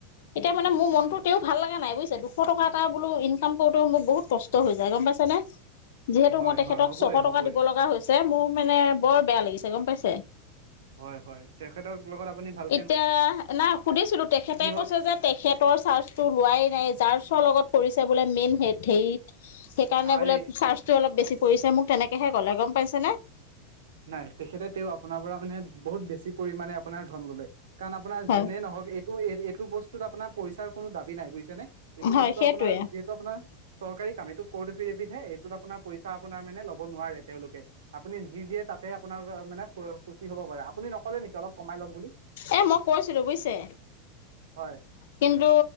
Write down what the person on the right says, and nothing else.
হয়
হয় হ'বই
হ'বই।
হয় হয়, তেখেতৰ লগত আপুনি ভাল
হওক
আৰে
নাই, তেখেতে তেওঁ আপোনাৰ পৰা মানে বহুত বেছি পৰিমানে আপোনাৰ ধন ললে। কাৰণ আপোনাৰ
যোনে নহওক এইটো এই এইটো বস্তু আপোনাৰ পইচা কোনো দাবী নাই বুউইছেনে, যেইটো
বস্তু
আপোনাৰ যিহেতু আপোনাৰ চৰকাৰী কাম, এইটো কৰ্ট এফিদেভিত হে, এইটোত আপোনাৰ পইচা আপোনাৰ মানে লব নোৱাৰে তেওঁলোকে, আপুনি যি দিয়ে তাতে আপোনাৰ মানে সূচী হব পাৰে, আপুনি নকলে নেকি? অলপ কমাই লওক বুলি
হয়